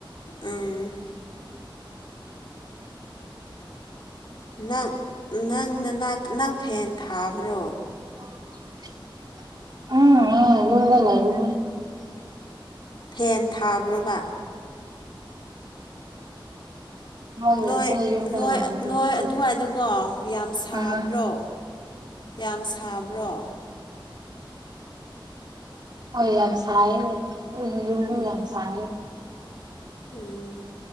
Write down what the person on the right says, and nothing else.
<inaudible> ꯎꯝ ꯏ ꯂꯗꯂ <unintelligible>
ꯃꯥ ꯂꯩꯇꯦ
ꯌꯨꯝꯗ
ꯂꯩꯒꯅꯤ
ꯉꯁꯤ
ꯎꯝ
ꯑꯣ ꯂꯝꯝꯁꯥꯏ ꯌ
ꯌꯥꯝꯁꯥꯏ